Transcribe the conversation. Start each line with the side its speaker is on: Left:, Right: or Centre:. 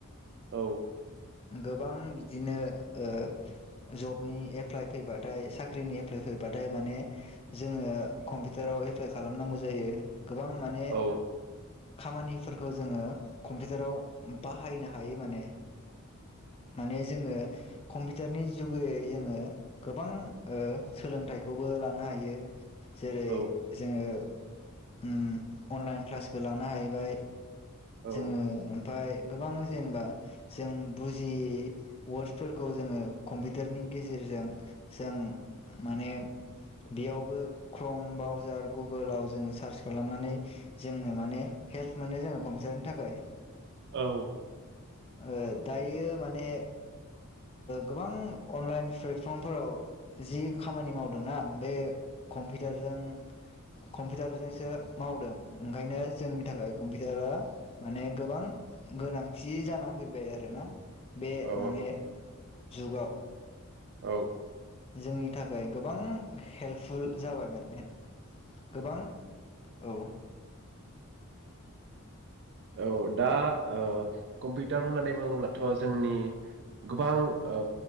Right: औ।
Left: गोबां बिदिनो ओ जबनि एप्लाइ फैबाथाय साख्रिनि एप्लाइ फैबाथाय माने जोङो कम्पिउटाराव एप्लाइ खालामनांगौ जायो। गोबां माने
Right: औ
Left: खामानिफोरखौ जोङो कम्पिउटाराव बाहायनो हायो माने माने जोङो कम्पिउटारनि जुगेयै जोङो गोबां ओ सोलोंथाइखौबो लानो हायो जेरै
Right: औ
Left: जोङो ओम अनलाइन क्लासबो लानो हाहैबाय
Right: औ
Left: जोङो ओमफाय गोबां जेनेबा जों बुजियै वर्डसफोरखौ जोङो कम्पिउटारनि गेजेरजों जों माने बेयावबो क्रम बाउजार गुगोलाव जोंङ सार्च खालामनानै जोंनो माने हेल्प मोनो जोङो। हमजानो थाखाय
Right: औ।
Left: ओ दायो माने गोबां अनलाइन प्लेटफर्मफोराव जि खामानि मावदोंना बे कम्पिउटारजों कम्पिउटारजोंसो मावदों। ओंखायनो जोंनि थाखाय कम्पिउटारा माने गोबां गोनांथि जा फैबाय आरो ना। बे
Right: औ
Left: माने जुगाव
Right: औ।
Left: जोंनि थाखाय गोबां हेल्पफुल जाबाय माने। गोबां औ।
Right: औ दा ओ कम्पिउटार होननानै बुङोब्ला थ' जोंनि गोबां ओ